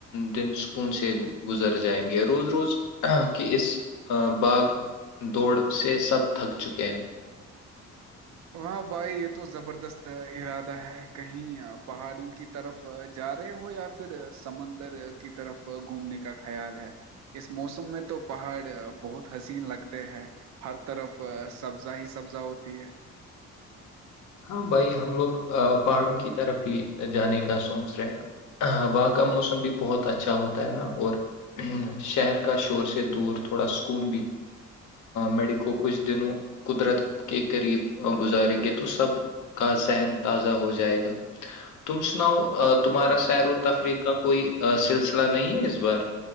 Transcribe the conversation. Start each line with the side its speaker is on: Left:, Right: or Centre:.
Left: دن سکون سے گزر جائیں گے روز روز ہ کہ اس باغ دوڑ سے سب تھک چکے ہیں
Right: ہاں بھائی یہ تو زبردست ارادہ ہے کہیں پہاڑوں کی طرف جا رہے ہو یا پھر سمندر کی طرف گھومنے کا خیال ہے اس موسم میں تو پہاڑ بہت حسین لگتے ہیں ہر طرف سبزا ہی سبزا ہوتی ہے
Left: ہاں بھائی ہم لوگ پہاڑوں کی طرف ہی جانے کا سوچ رہے ہیں وہاں کا موسم بھی بہت اچھا ہوتا ہے نا اور شہر کا شور سے دور تھوڑا سکون بھی میڈیکو کچھ دنوں قدرت کے قریب گزاریں گے تو سب کا ہن تازہ ہو جائے گا تم سناؤ تمہارا سیر و تفریح کا کوئی سلسلہ نہیں ہے اس بار